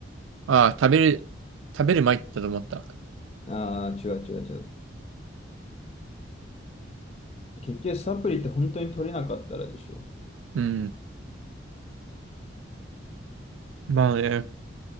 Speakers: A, on the right (about 85°); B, on the left (about 30°).
A: ああ、食べる、食べる前って言ったと思った。
B: ああ、違う違う違う。結局サプリって本当に取れなかったらでしょ。
A: うん。まあね